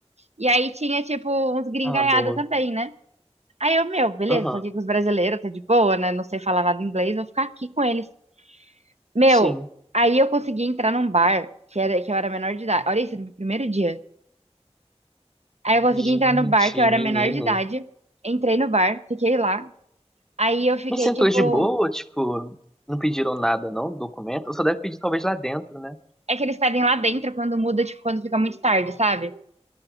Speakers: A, on the right; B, in the centre.
A: E aí tinha, tipo, uns gringaiada
B: Ah, boa.
A: também, né? Aí eu, meu, beleza,
B: Aham.
A: tô aqui com os brasileiros, tá de boa, né? Não sei falar nada inglês, vou ficar aqui com eles. Meu,
B: Sim.
A: aí eu consegui entrar num bar que era, que eu era menor de idade. Olha isso, no meu primeiro dia. Aí eu consegui
B: Gente,
A: entrar no bar que eu era
B: menina.
A: menor de idade. Entrei no bar, fiquei lá. Aí eu fiquei,
B: Mas sentou
A: tipo.
B: de boa, tipo, não pediram nada, não? Documento? só deve pedir talvez lá dentro, né?
A: É que eles pedem lá dentro quando muda, tipo, quando fica muito tarde, sabe?